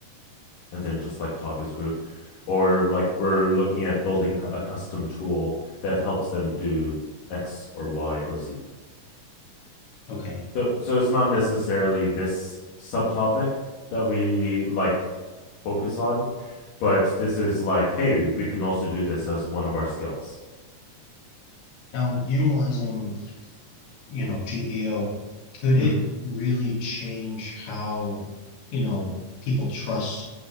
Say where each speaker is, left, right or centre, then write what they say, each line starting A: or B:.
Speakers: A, on the left; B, on the left.
A: and then just like talk as a group or like we're looking at building a custom tool that helps them do x or y or z
B: Okay.
A: so so it's not necessarily this subtopic that we like focus on but this is like hey we can also do this as one of our skills
B: Now, utilizing you know, GEO, could
A: Mhm.
B: it really change how, you know, people trust